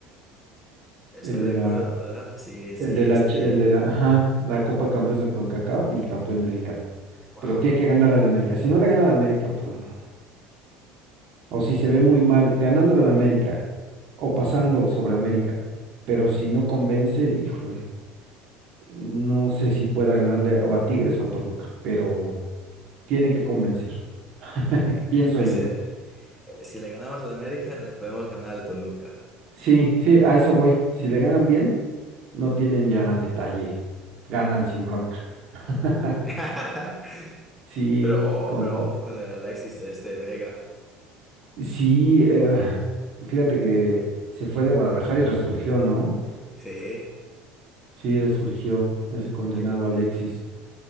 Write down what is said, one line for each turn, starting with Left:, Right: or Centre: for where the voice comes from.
Centre: Estoy
Right: El de
Centre: de
Right: la,
Centre: acuerdo, ¿verdad? Sí, sí,
Right: el de la,
Centre: este.
Right: ch- el de la, ajá, la Copa Campeones de CONCACAF y campeón de Liga.
Centre: Wow.
Right: Pero tiene que ganar al América. Si no le gana al América, pues no. o si se ve muy mal, ganándole al América o pasando sobre América, pero si no convence, híjole, no sé si pueda ganarle o a Tigres o a Toluca, pero tiene que convencer, <laughs> pienso
Centre: Ese,
Right: yo.
Centre: eh, si le ganamos al América, le podemos ganar al Toluca.
Right: Sí, sí, a eso voy. Si le ganan bien, no tienen ya detalle, ganan sin bronca. <laughs>
Centre: <laughs>
Right: Sí,
Centre: Pero, oh,
Right: como,
Centre: pero ojo con el Alexis este Vega.
Right: sí, eh, fíjate que se fue de Guadalajara y resurgió, ¿no?
Centre: Sí.
Right: Sí, resurgió ese condenado
Centre: Le,
Right: Alexis.